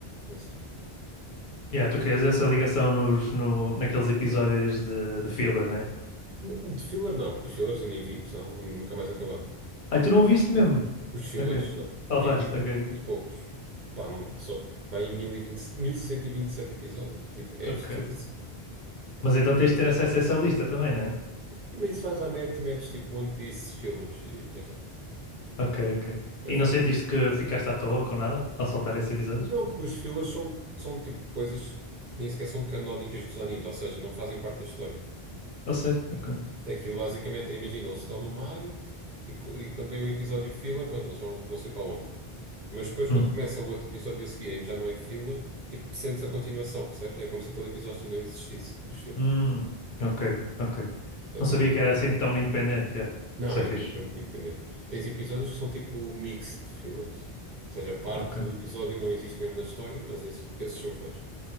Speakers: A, on the right; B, on the left.
A: não sei.
B: Yeah, tu crias essa ligação nos, no, naqueles episódios de, de filler, né?
A: N- De filler, não, porque os fillers eu nem vi, porque senão nunca mais acabava.
B: Ah, tu não viste mesmo?
A: Os fillers,
B: Ok.
A: não.
B: Saltaste,
A: Vi, tipo,
B: ok.
A: muito poucos. Pá, não dá. Só vai em mil mil e e vinte vinte cento e vinte e sete episódios. Tipo, é
B: Ok.
A: absurdo.
B: Mas então tens de ter acesso a essa lista também, né?
A: E mas isso vais à net e metes, tipo, One Piece fillers e tens lá.
B: Ok, ok.
A: É
B: E
A: fácil.
B: não sentiste que ficaste à toa com nada ao saltar esses episódios?
A: Não, pois fillers são, são tipo coisas que nem sequer são canónicas dos animes, ou seja, não fazem parte da história.
B: A sério? Ok.
A: Aquilo basicamente é, imagina, eles estão no mar e, co- e quando vem o episódio filler, pronto, eles vão não sei para onde. Mas depois, quando
B: Uhum.
A: começa o outro episódio a seguir, em que já não é filler, tipo, sentes a continuação, percebes? É como se aquele episódio não existisse, dos fillers.
B: Hum, ok, ok.
A: Portanto,
B: Não sabia
A: não é.
B: que era assim tão independente, yeah.
A: Não,
B: Isso
A: é
B: é fixe.
A: muito, é muito independente. Tens episódios que são tipo mixed fillers. Ou seja, parte
B: Ok,
A: do episódio não existe mesmo na história, mas esse- esses eu vejo.